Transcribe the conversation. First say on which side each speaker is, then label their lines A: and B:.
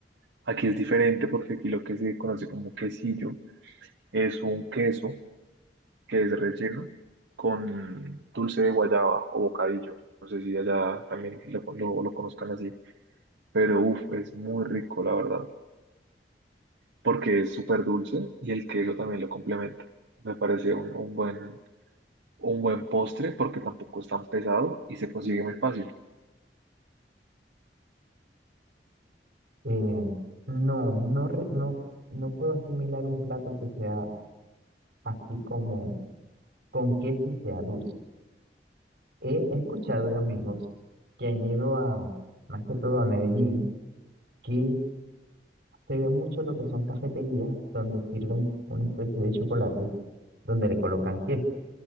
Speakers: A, on the right (about 85°); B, on the right (about 65°).
A: aquí es diferente porque aquí lo que se conoce como quesillo es un queso que es relleno con dulce de guayaba o bocadillo. No sé si allá también lo, lo, lo conozcan así, pero uff, es muy rico, la verdad. porque es súper dulce y el queso también lo complementa. Me parece un, un buen, un buen postre porque tampoco es tan pesado y se consigue muy fácil.
B: Eh, no, no, re- no, no puedo asimilar un plato que sea así como con queso y sea dulce. He, he escuchado de amigos que han ido a, más que todo a Medellín, que se ve mucho lo que son cafeterías donde sirven una especie de chocolate donde le colocan queso.